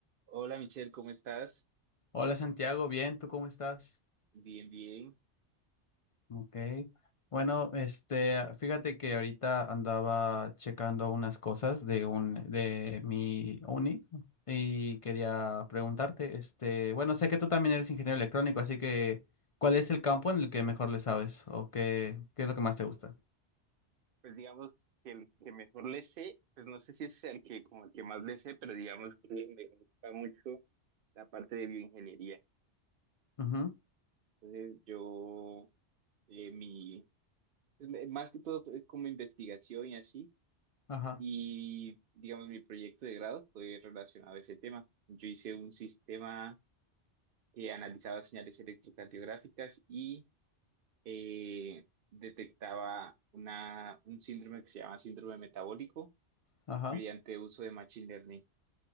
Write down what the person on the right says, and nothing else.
Hola Michelle, ¿cómo estás?
Bien, bien.
Pues digamos que el que mejor le sé, pues no sé si es el que como el que más le sé, pero digamos que me gusta mucho la parte de bioingeniería.
Entonces yo, eh, mi, pues, me- más que todo fue como investigación y así,
y digamos mi proyecto de grado fue relacionado a ese tema. Yo hice un sistema que analizaba señales electrocardiográficas y eh, detectaba una, un síndrome que se llama síndrome metabólico
mediante uso de Machine Learning.